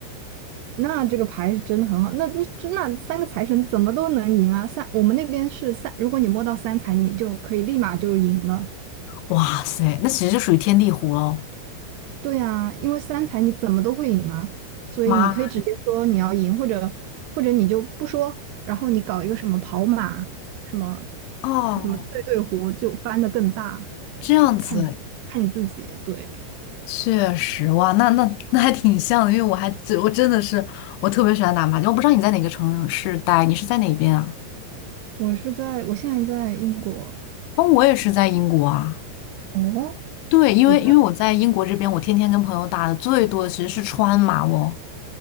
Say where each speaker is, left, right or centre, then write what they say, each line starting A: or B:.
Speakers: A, on the right; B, on the left.
A: <laughs> 那这个牌是真的很好，那那真那三个财神怎么都能赢啊？三，我们那边是三，如果你摸到三财，你就可以立马就赢了。
B: 哇塞，那其实就属于天地湖喽。
A: 对啊，因为三才你怎么都会赢啊，所以你可以直接说你要赢，
B: 妈
A: 或者或者你就不说，然后你搞一个什么跑马，什么
B: 哦，
A: 什么对对胡，就翻的更大，
B: 这样子
A: 看看你自己。对，
B: 确实哇，那那那还挺像的，因为我还只我真的是我特别喜欢打麻将。我不知道你在哪个城市待，你是在哪边啊？
A: 我是在我现在在英国，
B: 哦，我也是在英国啊。
A: 哦，
B: 对，因为因为我在英国这边，
A: 我在
B: 我天天跟朋友打的最多的其实是川麻哦，